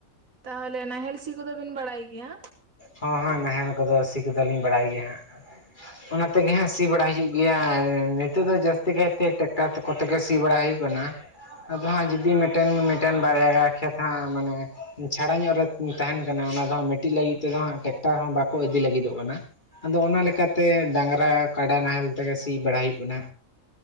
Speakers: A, on the right; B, on the left.
A: ᱛᱟᱦᱚᱞᱮ ᱱᱟᱦᱮᱞ ᱥᱤ ᱠᱚᱫᱚ ᱵᱤᱱ ᱵᱟᱲᱟᱭ ᱜᱮᱭᱟ?
B: ᱦᱚᱸ ᱦᱮᱸ ᱱᱟᱦᱮᱞ ᱠᱚᱫᱚ ᱥᱤ ᱠᱚᱫᱚᱞᱤᱧ ᱵᱟᱲᱟᱭ ᱜᱮᱭᱟ ᱦᱟᱸᱜ ᱚᱱᱟ ᱛᱮᱜᱮ ᱦᱟᱸᱜ ᱥᱤ ᱵᱟᱲᱟ ᱦᱩᱭᱩᱜ ᱜᱮᱭᱟ ᱟᱨ ᱱᱤᱛᱳᱜ ᱫᱚ ᱡᱟᱹᱥᱛᱤ ᱠᱟᱭᱛᱮ ᱴᱮᱠᱴᱟᱨ ᱠᱚᱛᱮ ᱜᱮ ᱥᱤ ᱵᱟᱲᱟ ᱦᱩᱭᱩᱜ ᱠᱟᱱᱟ, ᱟᱫᱚ ᱦᱟᱸᱜ ᱡᱩᱫᱤ ᱢᱤᱫᱴᱮᱱ ᱢᱤᱫᱴᱮᱱ ᱵᱟᱨᱭᱟ ᱜᱟᱱ ᱠᱷᱮᱛ ᱦᱟᱸᱜ ᱢᱟᱱᱮ ᱪᱷᱟᱲᱟ ᱧᱚᱜ ᱨᱮ ᱛᱟᱦᱮᱱ ᱠᱟᱱᱟ ᱚᱱᱟ ᱫᱚ ᱢᱤᱫᱴᱤᱡ ᱞᱟᱹᱜᱤᱫ ᱛᱮᱫᱚ ᱦᱟᱸᱜ ᱴᱨᱟᱠᱴᱟᱨ ᱦᱚᱸ ᱵᱟᱠᱚ ᱤᱫᱤ ᱞᱟᱹᱜᱤᱫᱚᱜ ᱠᱟᱱᱟ᱾ ᱟᱫᱚ ᱚᱱᱟ ᱞᱮᱠᱟᱛᱮ ᱰᱟᱹᱝᱜᱽᱨᱟ ᱠᱟᱰᱟ ᱱᱟᱦᱮᱞ ᱛᱮᱜᱮ ᱥᱤ ᱵᱟᱲᱟ ᱦᱩᱭᱩᱜ ᱠᱟᱱᱟ᱾